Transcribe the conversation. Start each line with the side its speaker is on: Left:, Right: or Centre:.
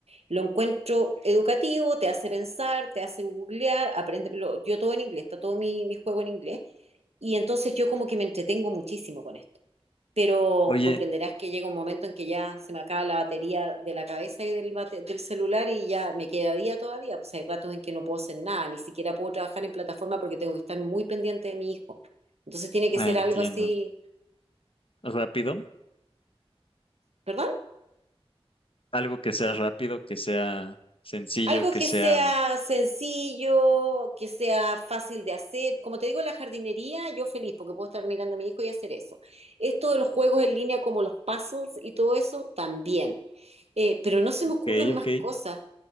Right: Lo encuentro educativo, te hace pensar, te hace googlear, aprende, lo- yo todo en inglés, está todo mi, mi juego en inglés, y entonces yo como que me entretengo muchísimo con esto pero
Left: Oye,
Right: comprenderás que llega un momento en que ya se me acaba la batería de la cabeza y del, bate- del celular y ya me queda día todavía. Pues hay ratos en que no puedo hacer nada, ni siquiera puedo trabajar en plataforma porque tengo que estar muy pendiente de mi hijo. Entonces tiene que
Left: ah,
Right: ser
Left: entiendo.
Right: algo así,
Left: ¿Rápido?
Right: ¿perdón?
Left: Algo que sea rápido, que sea sencillo,
Right: Algo
Left: que
Right: que
Left: sea
Right: sea
Left: mm,
Right: sencillo, que sea fácil de hacer. Como te digo, la jardinería, yo feliz porque puedo estar mirando a mi hijo y hacer eso. Esto de los juegos en línea como los puzzles y todo eso, también. Eh, pero no se
Left: Ok,
Right: me ocurren
Left: ok.
Right: más cosas.